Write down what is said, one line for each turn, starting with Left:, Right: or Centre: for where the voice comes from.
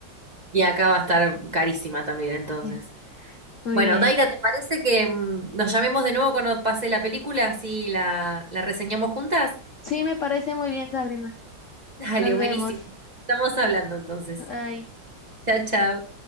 Right: Y acá va a estar carísima también, entonces.
Left: <laughs> Muy
Right: Bueno,
Left: bien.
Right: Daira, ¿te parece que mm, nos llamemos de nuevo cuando pase la película? Así la, la reseñamos juntas.
Left: Sí, me parece muy bien, Sabrina.
Right: <laughs> Dale,
Left: Nos
Right: buenísimo.
Left: vemos.
Right: Estamos hablando entonces.
Left: Bye.
Right: Chao, chao.